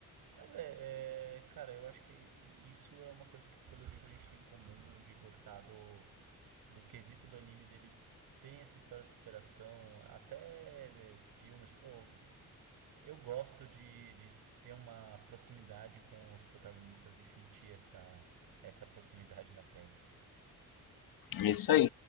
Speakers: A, on the right (about 85°); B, on the left (about 80°).
A: Mas é, é, cara, eu acho que isso é uma coisa que, pelo jeito, a gente tem em comum de gostar do, do quesito do anime deles terem essa história de superação, até filmes, pô. Eu gosto de, de ter uma proximidade com os protagonistas e sentir essa, essa proximidade na pele.
B: É isso aí.